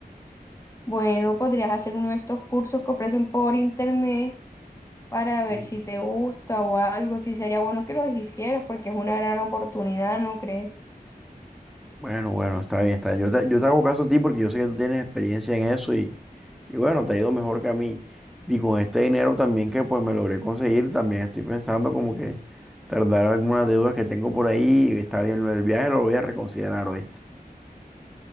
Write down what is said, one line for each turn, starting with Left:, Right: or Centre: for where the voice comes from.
Left: Bueno, podrías hacer uno de estos cursos que ofrecen por internet para ver
Centre: Mm.
Left: si te gusta o algo, si sería bueno que los hicieras, porque es una gran oportunidad, ¿no crees?
Centre: Bueno, bueno, está bien, está bien. Yo te, yo te hago caso a ti porque yo sé que tú tienes experiencia en eso y, y bueno, te ha ido mejor que a mí. Y con este dinero también que pues me logré conseguir, también estoy pensando como que tardar algunas deudas que tengo por ahí. Está bien, lo del viaje lo voy a reconsiderar, ¿oíste?